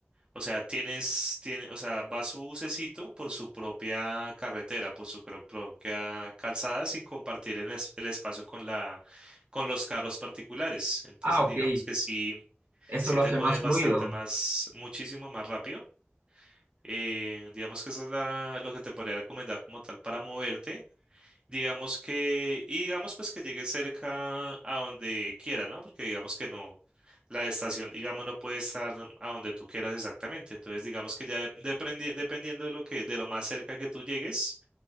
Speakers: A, on the right; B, on the right.
A: o sea, tienes, tiene, o sea, va su bucecito por su propia carretera, por su cro- propia calzada sin compartir el, es- el espacio con la, con los carros particulares. Entonces,
B: Ah, ok.
A: digamos que sí,
B: Eso
A: sí
B: lo
A: te
B: hace
A: mueves
B: más fluido.
A: bastante más, muchísimo más rápido. Eh, digamos que eso es la- lo que te podría recomendar como tal para moverte. Digamos que, y digamos pues que llegue cerca a donde quiera, ¿no? Porque digamos que no, la estación, digamos, no puede estar a donde tú quieras exactamente. Entonces, digamos que ya de- dependi- dependiendo de lo que, de lo más cerca que tú llegues,